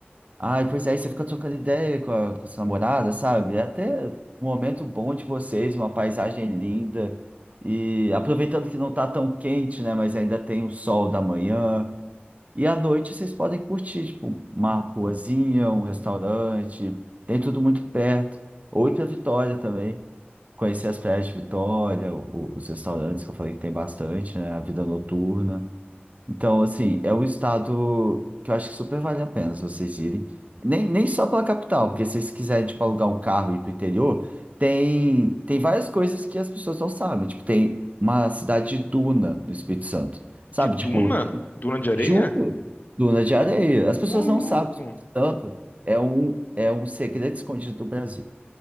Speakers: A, on the right; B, on the left.
A: Ai, pois é, aí você fica trocando ideia com a, com a sua namorada, sabe? É até um momento bom de vocês, uma paisagem linda. E aproveitando que não tá tão quente, né? Mas ainda tem o sol da manhã. E à noite vocês podem curtir, tipo, uma ruazinha, um restaurante. Tem tudo muito perto. Ou ir pra Vitória também. Conhecer as praias de Vitória, o- o- os restaurantes que eu falei que tem bastante, né? A vida noturna. Então, assim, é um estado que eu acho que super vale a pena se vocês irem. Nem, nem só pela capital, porque se vocês quiserem, tipo, alugar um carro e ir pro interior, tem, tem várias coisas que as pessoas não sabem. Tipo, tem uma cidade de duna no Espírito Santo, sabe?
B: De
A: Tipo,
B: duna? Duna de areia?
A: juro, duna de areia. As pessoas
B: Ô, louco!
A: não sabem, o Espírito Santo é um, é um segredo escondido do Brasil.